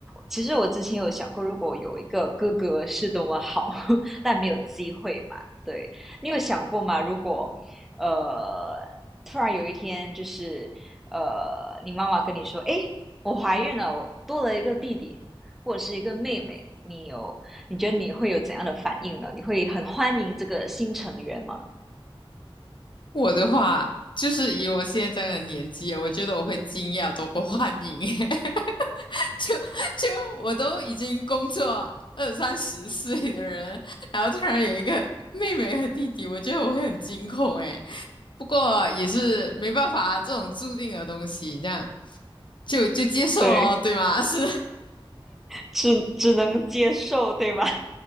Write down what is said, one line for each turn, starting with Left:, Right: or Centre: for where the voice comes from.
Centre: 其实我之前有想过，如果有一个哥哥是多么好，<laughs> 但没有机会嘛。对，你有想过吗？如果呃，突然有一天，就是呃，你妈妈跟你说：“哎，我怀孕了，我多了一个弟弟或者是一个妹妹。”你有，你觉得你会有怎样的反应呢？你会很欢迎这个新成员吗？
Left: 我的话，就是以我现在这样的年纪，我觉得我会惊讶多过欢迎，<laughs> 就就我都已经工作二三十岁的人，然后突然有一个妹妹和弟弟，我觉得我会很惊恐诶。不过也是没办法啊，这种注定的东西，这样就就接受了，
Centre: 对。
Left: 对吗？<laughs> 是，
Centre: 只只能接受，对吧？<laughs>